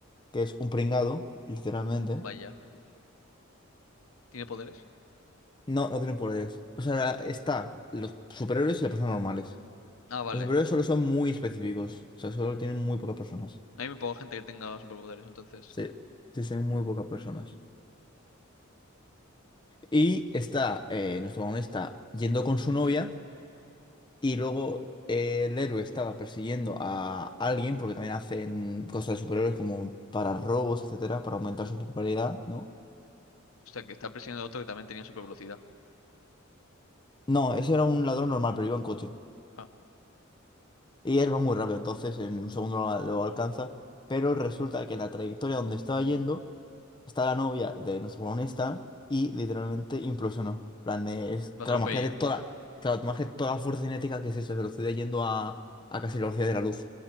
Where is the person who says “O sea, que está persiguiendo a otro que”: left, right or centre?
Left